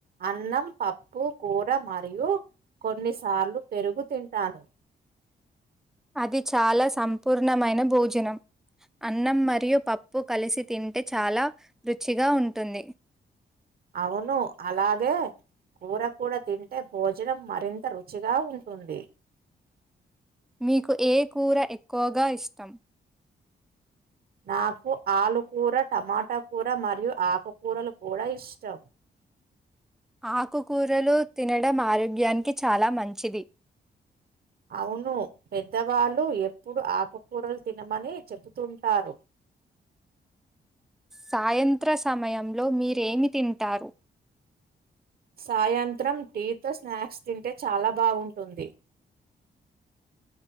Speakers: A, on the right; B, in the centre.
A: అన్నం పప్పు కూర మరియు కొన్నిసార్లు పెరుగు తింటాను
B: అది చాలా సంపూర్ణమైన భోజనం అన్నం మరియు పప్పు కలిసి తింటే చాలా రుచిగా ఉంటుంది
A: అవును అలాగే కూర కూడా తింటే భోజనం మరింత రుచిగా ఉంటుంది
B: మీకు ఏ కూర ఎక్కువగా ఇష్టం
A: నాకు ఆలుకూర టమాటా కూూర మరియు ఆకుకూరలు కూడా ఇష్టం
B: ఆకుకూరలు తినడం ఆరోగ్యానికి చాలా మంచిది
A: అవును పెద్దవాళ్ళు ఎప్పుడు ఆకుకూరలు తినమని చెబుతుంటారు
B: సాయంత్ర సమయంలో మీరేమి తింటారు
A: సాయంత్రం టీ తో స్నాక్స్ తింటే చాలా బాగుంటుంది